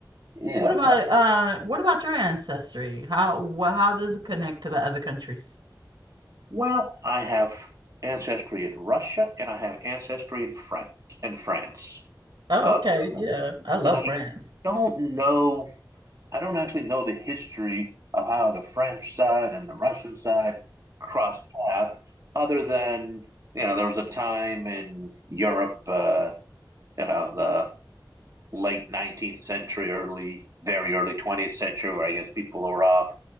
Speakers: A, on the right (about 45°); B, on the right (about 70°).
A: yeah,
B: What about uh what about your ancestry? How wh how does it connect to the other countries?
A: Well, I have ancestry in Russia and I have ancestry in France and France.
B: Oh,
A: Uh,
B: okay. Yeah. I love
A: and I
B: France.
A: don't know, I don't actually know the history of how the French side and the Russian side crossed paths, other than, you know, there was a time in Europe, uh, you know, the late 19th century, early, very early 20th century, where I guess people were off